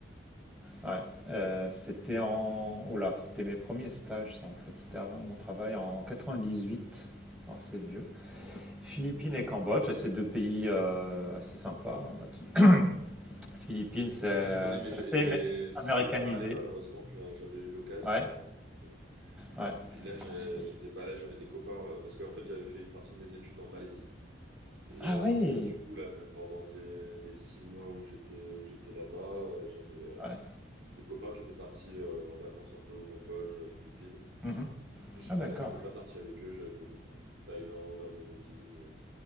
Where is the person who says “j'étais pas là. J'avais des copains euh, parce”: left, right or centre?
Right